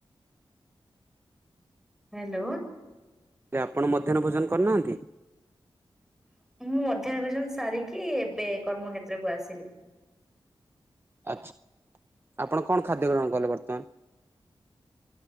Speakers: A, in the centre; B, on the right (about 25°).
A: ହାଲୋ।
B: ହେଲେ ଆପଣ ମଧ୍ୟାହ୍ନ ଭୋଜନ କରିନାହାନ୍ତି?
A: ମୁଁ ମଧ୍ୟାହ୍ନ ଭୋଜନ ସାରିକି ଏବେ କର୍ମକ୍ଷେତ୍ରକୁ ଆସିଲି।
B: ଆଛା ଆପଣ କଣ ଖାଦ୍ୟ ଗ୍ରହଣ କଲେ ବର୍ତ୍ତମାନ?